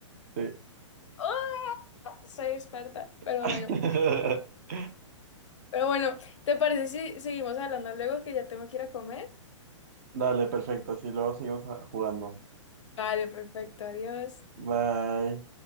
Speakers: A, on the right (about 30°); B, on the left (about 65°).
A: sí.
B: ¡Ah! Soy experta, pero
A: <laughs>
B: bueno. Pero bueno, ¿te parece si seguimos hablando luego que ya tengo que ir a comer?
A: Dale, perfecto. Así luego seguimos a- jugando.
B: Vale, perfecto, adiós.
A: Bye.